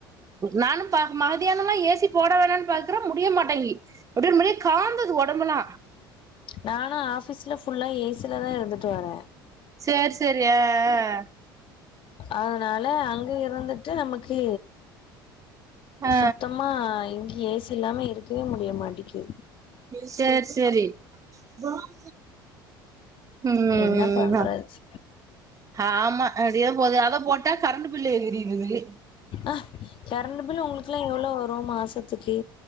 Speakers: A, on the right; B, on the left.
A: நானு பாக்கே மகதியானோனா ஏ சி போட வேணான் பாக்குறே முடிய மாட்டேங்கி அப்டியே மின்ட் காந்துது ஒடம்பெல்லா
B: நானு ஆஃபீஸ்ல ஃபுல்லா ஏ சிலதா இருந்துட்டு வரே
A: சேர் செரி அ அ
B: அதனால அங்க இருந்துட்டு நமக்கு
A: ஆ
B: சுத்தமா இங்க ஏ சி இல்லாம இருக்கவே முடிய மாட்டேக்கிது
A: சேர் சேரி ம் ம்
B: என்ன பண்றது
A: அப் ஆமா அப்டியே போது அத போட்டா கரண்ட் பில்லு எகுறீருது
B: அ கெரண்ட் பில் ஒங்களுக்குலா எவ்ளோ வரு மாசத்துக்கு